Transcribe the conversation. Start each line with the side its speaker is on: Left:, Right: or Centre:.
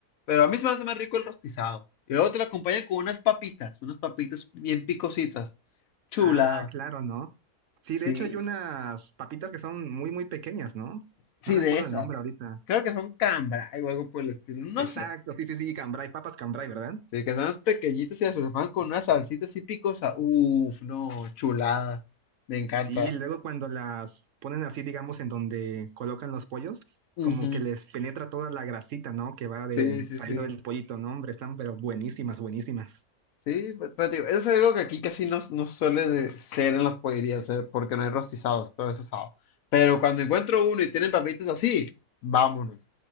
Left: Pero a mí se me hace más rico el rostizado. Y luego te lo acompañan con unas papitas, unas papitas bien picositas. Chula,
Right: Ah, claro, ¿no? Sí,
Left: sí,
Right: de hecho hay unas papitas que son muy, muy pequeñas, ¿no?
Left: sí,
Right: No recuerdo
Left: de esas.
Right: el nombre ahorita.
Left: Creo que son cambra o algo por el estilo, no
Right: Exacto,
Left: sé.
Right: sí, sí, sí, cambray, papas cambray, ¿verdad?
Left: Sí, que son unas pequeñitas y las repasan con una salsita así picosa. Uf, no, chulada. Me encanta.
Right: Sí, luego cuando las ponen así, digamos, en donde colocan los pollos,
Left: Ujú,
Right: como que les penetra toda la grasita, ¿no? Que va
Left: Sí,
Right: de,
Left: sí,
Right: saliendo
Left: sí.
Right: del pollito, ¿no? Hombre, están pero buenísimas, buenísimas.
Left: Sí, pe- pero, digo, eso es algo que aquí casi no, no suele de ser en las pollerías, eh, porque no hay rostizados, todo eso es asado. Pero cuando encuentro uno y tienen papitas así, vámonos.